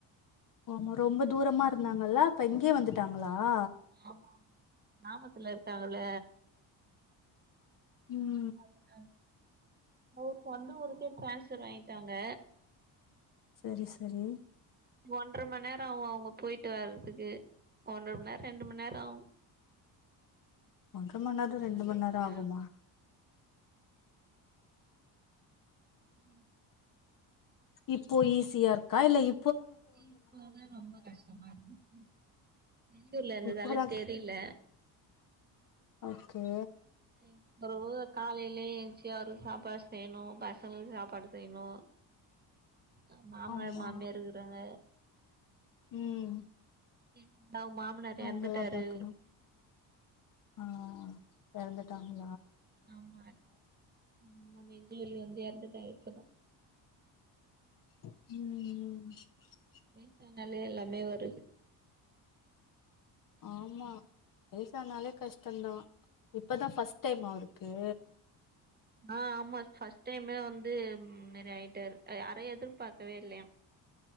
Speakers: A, on the left; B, on the right.
A: ஆமா ரொம்ப தூரமா இருந்தாங்கல்ல இப்ப இங்கயே வந்துட்டாங்களா?
B: ஆமா கிராமத்துல இருக்காங்கல்ல
A: ம்
B: அதனால அவரு சொந்த ஊருக்கே டிரான்ஸ்ஃபர் வாங்கிட்டாங்க
A: சரி சரி
B: ஒன்ர மணி நேரோ ஆவு அவங்க போயிட்டு வர்றதுக்கு ஒன்றர மணி நேரோ ரெண்டு மணி நேரோ ஆவு
A: ஒன்ர மணி நேரோ
B: அதனால
A: ரெண்டு மணி நேரோ
B: இங்க
A: ஆகுமா?
B: புரியல
A: இப்போ ஈஸியா இருக்கா இல்ல இ
B: இப்பதா ரொம்ப கஷ்டமா இருக்கு ம் வெளியூர்ல இருந்ததால
A: இப்பதா
B: தெரியல
A: ஓகே
B: எங் பெறவு காலைலயே எந்த்ச்சு அவருக்கு சாப்பாடு செய்யணு பசங்களுக்கு சாப்பாடு செய்யணு ஆ மாமனார்
A: ஆமா
B: மாமியார் இருக்கறாங்க
A: ம்
B: ம் ஹும் அவுங் மாமனார்
A: அவங்கல்லா
B: எறந்துட்டாரு
A: பாக்கணு ஆ எறந்துட்டாங்க
B: ஆமா அத் ம் ஆமா நெஞ்சுவலி வந்து எறந்து ட்டாரு இப்பதா
A: ம் ம்
B: வயசானாலே எல்லாமே வருது
A: ஆமா வயசானாலே கஷ்டந்தா இப்பதா ஃபஸ்ட் டைமா அவருக்கு?
B: ஆ ஆமா ஃபஸ்ட் டைமே வந்து ம் இந்த மாரி ஆயிட்டாரு அ யாரு எதிர்பாக்கவே இல்லயா